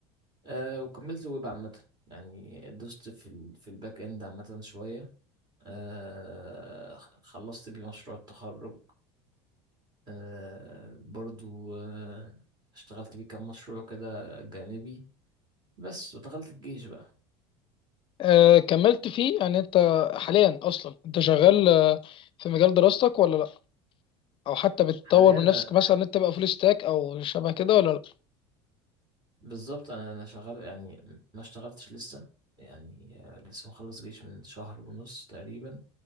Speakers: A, on the right; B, on the left.
A: أه وكملت ويب عامة يعني دوست في ال في الباك اند عامة شوية أه خ- خلصت بيه مشروع التخرج أه برضو أه اشتغلت بيه كام مشروع كده جانبي بس ودخلت الجيش بقى
B: آه كملت فيه يعني انت حاليا اصلا انت شغال آه، في مجال دراستك ولا لا او حتى بتطور
A: حاليا
B: من
A: أنا-
B: نفسك مثلا ان انت تبقى فول ستاك او شبه كده ولا لا
A: بالظبط انا انا شغال يعني ما اشتغلتش لسه يعني آه، لسه مخلص جيش من شهر ونص تقريبا